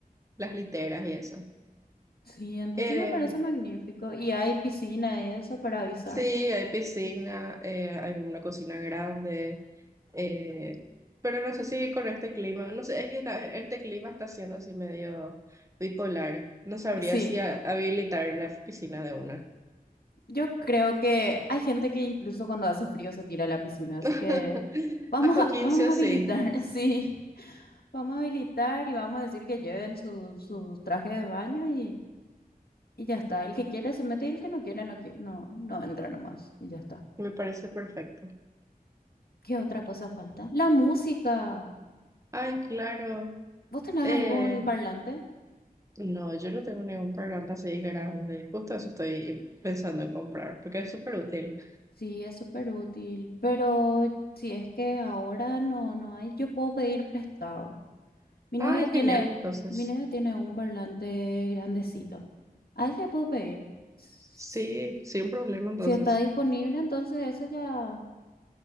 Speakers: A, on the right; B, on the left.
A: las literas y eso.
B: Sí, entonces
A: Eh,
B: me parece magnífico. Y hay piscina y eso para avisar.
A: sí, hay piscina, eh, hay una cocina grande. eh, pero no sé si con este clima, no sé, es que ta- este clima está siendo así medio bipolar. No sabría
B: Sí,
A: si a- habilitar la piscina de una.
B: yo creo que hay gente que incluso cuando hace frío se tira a la piscina, así
A: <laughs>
B: que vamos
A: A Joaquín
B: a, <laughs> vamos
A: sí o
B: a habilitar,
A: sí,
B: <laughs> sí. Vamos a habilitar y vamos a decir que lleven sus sus trajes de baño y... Y ya está, el que quiere se mete y el que no quiere no, qui- no, no entra nomás. Y ya está.
A: me parece perfecto.
B: ¿Qué otra cosa falta? La música.
A: Ay, claro.
B: ¿Vos tenés
A: eh.
B: algún parlante?
A: No, yo no tengo ningún parlante así grande. Justo eso estoy pensando en comprar, porque es súper útil.
B: Sí, es súper útil, pero si es que ahora no, no hay, yo puedo pedir prestado. Mi novio
A: Ay, genial,
B: tiene,
A: entonces.
B: mi novio tiene un parlante grandecito. A él le puedo pedir. S-
A: Sí, sin problema, entonces.
B: Si está disponible, entonces eso ya